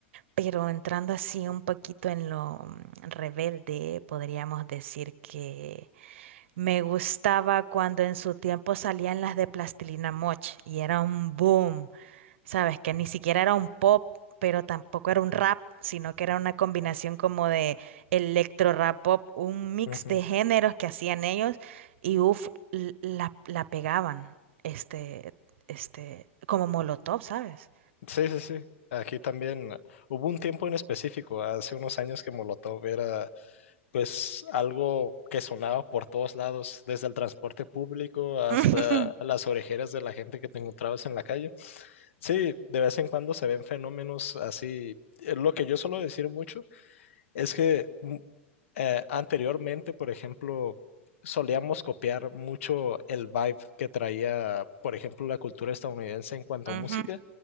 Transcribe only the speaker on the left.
Ujú.
Sí, sí, sí. Aquí también uh, hubo un tiempo en específico, hace unos años que Molotov era pues algo que sonaba por todos lados, desde el transporte público hasta
las orejeras de la gente que te encontrabas en la calle. Sí, de vez en cuando se ven fenómenos así. Eh, Lo que yo suelo decir mucho es que mm, eh, anteriormente, por ejemplo, solíamos copiar mucho el vibe que traía, por ejemplo, la cultura estadounidense en cuanto
a música